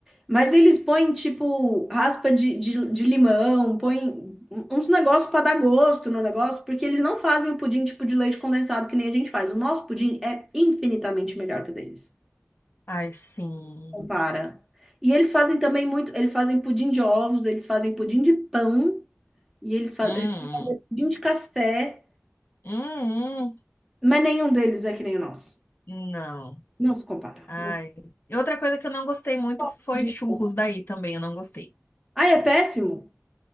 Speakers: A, in the centre; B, on the left (about 50°).
A: Mas eles põem, tipo, raspa de, de, de limão, põem uns negócios para dar gosto no negócio, porque eles não fazem o pudim tipo de leite condensado que nem a gente faz. O nosso pudim é infinitamente melhor que o deles.
B: Ai, sim.
A: Compara. E eles fazem também muito, eles fazem pudim de ovos, eles fazem pudim de pão, e eles fazem
B: Hum,
A: pudim de café,
B: hum, hum.
A: mas nenhum deles é que nem o nosso.
B: hum, Não.
A: Não se compara.
B: Ai.
A: Não.
B: E Outra coisa que eu não gostei muito
A: pode.
B: foi churros daí também, eu não gostei.
A: Ah, é péssimo?